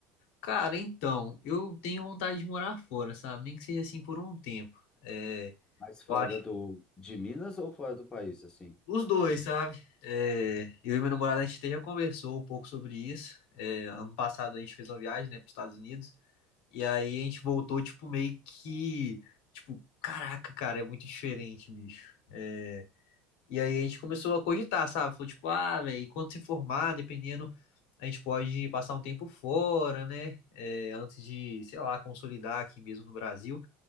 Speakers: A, on the left; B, on the left.
A: Cara, então, eu tenho vontade de morar fora, sabe? Nem que seja assim por um tempo. É,
B: Mas fora
A: eu acho.
B: do, de Minas ou fora do país, assim?
A: Os dois, sabe? É, eu e minha namorada, a gente até já conversou um pouco sobre isso. É, ano passado a gente fez uma viagem, né, para os Estados Unidos. E aí a gente voltou, tipo, meio que. Tipo, caraca, cara, é muito diferente, bicho. É, E aí a gente começou a cogitar, sabe? Falou, tipo, ah, velho, quando se formar, dependendo, a gente pode passar um tempo fora, né? É, Antes de, sei lá, consolidar aqui mesmo no Brasil.